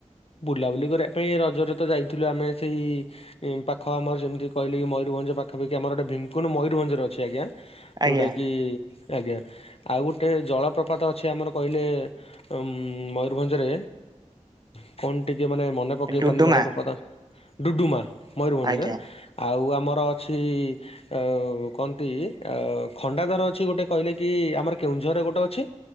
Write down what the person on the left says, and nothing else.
ବୁଲାବୁଲି କରିବା ପାଇଁ ରଜରେ ତ ଯାଇଥିଲୁ ଆମେ ସେଇ ପାଖ ଆମର ଯେମିତି କହିଲେ ମୟୂର ମୟୂରଭଞ୍ଜ ପାଖପଖି ଆମର ଗୋଟେ ଭୀମକୁନ ମୟୂରଭଞ୍ଜ ଅଛି ଆଜ୍ଞା
ଯୋଉଟା କି, ଆଜ୍ଞା, ଆଉ ଗୋଟେ ଜଳପ୍ରପାତ ଅଛି ଆମର କହିଲେ ଉମ୍ ମୟରଭଞ୍ଜରେ ହୁଁ କଣ ଟିକେ ମାନେ ମନେ ପକେଇ
ପାରୁନି ଜଳପ୍ରପାତ ଡୁଡୁମା ମୟରଭଞ୍ଜରେ
ଆଉ ଆମର ଅଛି ଓ କହନ୍ତି ଓ ଖଣ୍ଡାଧାର ଅଛି ଗୋଟେ କହିଲେ କି ଆମର କେଉଁଝର ଗୋଟେ ଅଛି।